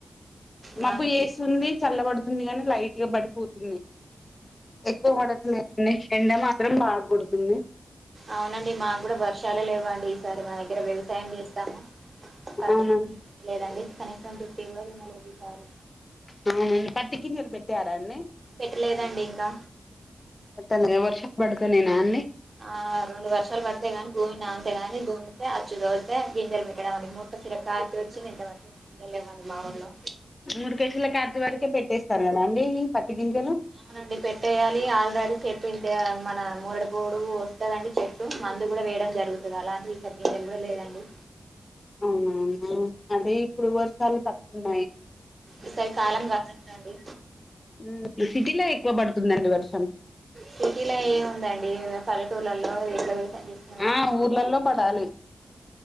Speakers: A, on the left; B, on the right.
A: మబ్బు
B: మా దగ్గర
A: యేస్తుంది చల్లబడుతుంది గాని లైట్ గా పడిపోతుంది ఎక్కువ పడుతుంది న ఎండ మాత్రం బా కొడుతుంది
B: అవునండి మాకు కూడా వర్షాలే లేవ అండి ఈసారి మా దగ్గర వ్యవసాయం చేస్తాము పటి
A: అవునండి
B: లేదండి కనీసం దుటి కూడా దున్నలేదు ఈ సారి
A: అవున పట్టిగింజలు పెట్టారా అండి
B: పెట్టలేదండి ఇంకా
A: గట్టా వర్షా పడుతు నే నా అన్ని
B: ఆ రెండు వర్షాలు పడితేగాని భూమి నాంతేగాని గూతే అచ్చుదోలితే గింజెలు పెట్టడం అనేది క్క చిర కటీ వచ్చి ఎంతవరకు <unintelligible> మా ఊర్లో
A: మూడు కేసుల కచ వరకే పెట్టేస్తారు కదా అండి ఈ పత్తి గింజలు
B: అవునండి పెట్టటెయాలి ఆల్రెడీ చెట్టు ఇంత మన మూడి పోడు వస్తదండి చెట్ ట్టు మందు కూడా వేయడం జరుగుతుంది అలాంటివి సగందలు కూడా లేదండి
A: అవునవునా అదే ఇప్పుడు వర్షాలు తక్కున్నాయి
B: ఈసరి కాలం కాదంట అండి
A: ఉమ్ ఈ సిటీలో ఎక్కువ పడుతుందండి వర్షం
B: సిటీలో ఏ ఉందండి పల్లెటూర్లలో ఇట్లా వ్యవసాయం చెస్
A: ఆ ఊర్లలో పడాలి